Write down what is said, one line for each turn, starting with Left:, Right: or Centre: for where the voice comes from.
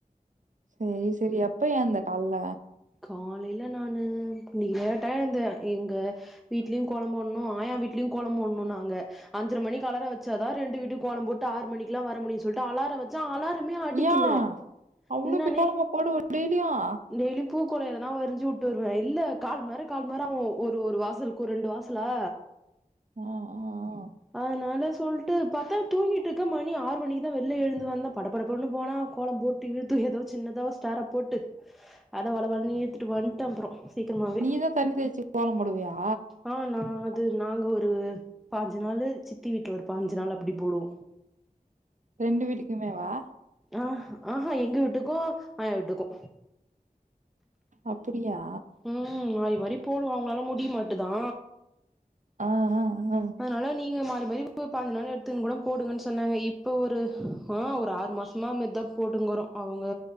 Right: செரி செரி எப்ப ஏந்த கால்ல
Centre: காலேல நானு இன்னைக்கு லேட்டா எழ்ந்தே எங்க வீட்ல்யு கோலோ போட்ணு ஆயா வீட்ல்யு கோலோ போட்ணு நாங்க அஞ்சர மணிக்கு அலார வச்சாதா ரெண்டு வீட்டுக் கோலம் போட்டு ஆறு மணிக்லா வர முடியு சொல்ட்டு அலாரவ ச்ச அலாரமே அடிக்கில
Right: ஏன் அவ்வளவு
Centre: என்னானே
Right: போய் கோலமா போடுவ டெய்லியும் ஆ,
Centre: டெய்லியு பூக்கோலோ எதனா வரைஞ்சு வுட்டு வருவ இல்ல கால் மர கால் மர ஒரு ஒரு வாசலுக் ஒரு ரெண்டு வாசலா
Right: ஆ, ஆ
Centre: அதனால சொல்ட்டு பாத்தா தூங்கிட்டு இருக்க மணி ஆறு மணிக்குதா வெள்லே எழுந்து வந்த படப்படபடன்னு போனா கோலம் போட்டு இழுத்து எதோ சின்னதா ஓ ஸ்டார போட்டு அத வளவளனு இழுத்துட்டு வந்ட்ட அப்றோ சீக்ரமாவே
Right: நீ தான் தண்ணி தேய்ச்சி கோலம் போடுவியா
Centre: ஆ நா அது நாங்க ஒரு பாஞ்சு நாளு சித்தி வீட்ல ஒரு பாஞ்சு நாள் அப்டி போடுவோ
Right: ரெண்டு வீட்டுக்குமேவா
Centre: ஆஹ் ஆஹா எங்க வீட்டுக்கு ஆயா வீட்டுக்கு
Right: அப்புடியா
Centre: ம் மாறி மாறி போடுவோ அவங்களால முடியமாட்டுதா
Right: ஆ ஆ ஆ
Centre: அதனால நீங்க மாரி மாரி பதினஞ்சு நாள் எடுத்துக்கன்னு கூட போடுங்கன்னு சொன்னாங்க இப்போ ஒரு அ ஒரு ஆறு மாசமா அந்மாரித்தா போட்டுங்கறோ அவ்ங்க